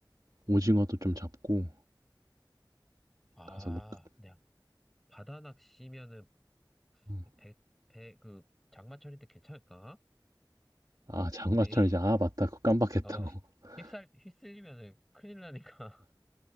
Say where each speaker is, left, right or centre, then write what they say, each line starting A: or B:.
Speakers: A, on the right (about 50°); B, in the centre.
A: 오징어도 좀 잡고
B: 아,
A: 가서 뭐, 끄-
B: 네. 바다 낚시면은,
A: 음.
B: 배, 배, 그, 장마철일 때 괜찮을까?
A: 아, 장마철이지.
B: 우리, <laughs>
A: 아, 맞다. 그거 깜빡했다.
B: 어,
A: <laughs>
B: 휩쓸, 휩쓸리면은 큰일 나니까.